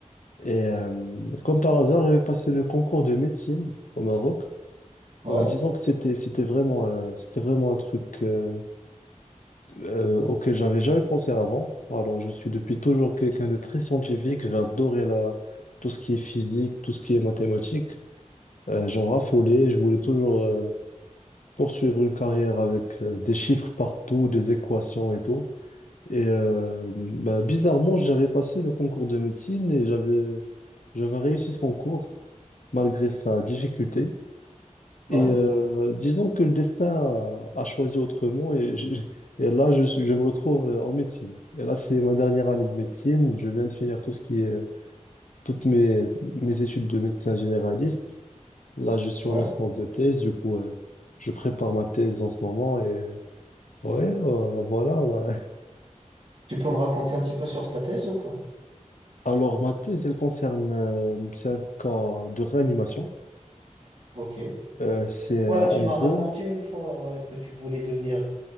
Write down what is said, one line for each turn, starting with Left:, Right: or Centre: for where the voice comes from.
Left: Et euh, comme par hasard, j'avais passé le concours de médecine au Maroc.
Right: ouais,
Left: En disant que c'était c'était vraiment euh, c'était vraiment un truc euh, euh, auquel j'avais jamais pensé avant. Alors je suis depuis toujours quelqu'un de très scientifique. J'ai adoré la tout ce qui est physique, tout ce qui est mathématiques. Euh, j'en raffolais. Je voulais toujours euh, poursuivre une carrière avec euh, des chiffres partout, des équations et tout. Et euh, bah, bizarrement, j'avais passé le concours de médecine et j'avais j'avais réussi ce concours malgré sa difficulté.
Right: ouais,
Left: Et euh, disons que le destin a, a choisi autrement et, je- et là, je, suis- je me retrouve euh, en médecine. Et là, c'est ma dernière année de médecine. Je viens de finir tout ce qui est, toutes mes, mes études de médecin généraliste. Là, je suis
Right: ouais.
Left: en instance de thèse. Du coup, euh, je prépare ma thèse en ce moment. Et euh, ouais, euh, voilà. ouais.
Right: Tu peux me raconter un petit peu sur ta thèse ou pas?
Left: Alors, ma thèse, elle concerne, euh, c'est un cas de réanimation.
Right: Ok.
Left: Euh, c'est euh,
Right: Ouais, tu
Left: en
Right: m'as
Left: gros,
Right: raconté une fois ouais, que tu voulais devenir